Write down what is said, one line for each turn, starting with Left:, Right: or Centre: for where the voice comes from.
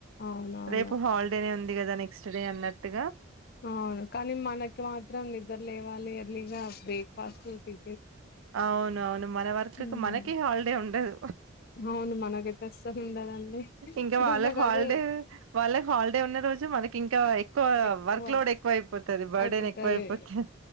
Left: అవునవును
Right: రేపు హాలిడే ఉంది కదా నెక్స్ట్ డే అన్నట్టు
Left: అవును కానీ మనకి మాత్రం నిద్ర లేవాలి యర్లీగా బ్రేక్ఫాస్ట్ టి
Right: అవును అవును మన వర్క్
Left: ఉమ్
Right: మనకి హాలిడే ఉండదు
Left: అవును మనకైతే అస్సలు ఉండదండి
Right: ఇంకా
Left: ఈరోజు
Right: వాళ్ళకి
Left: నాకు
Right: హాలిడే
Left: అదే
Right: వాళ్ళకి హాలిడే ఉన్నాద రోజు మనకి ఇంకా ఎక్కువ
Left: ఎక్కువ
Right: వర్క్ లోడ్ ఎక్కువ అయిపోతుంది బర్డెన్
Left: అయిపోతది
Right: ఎక్కువయిపోతది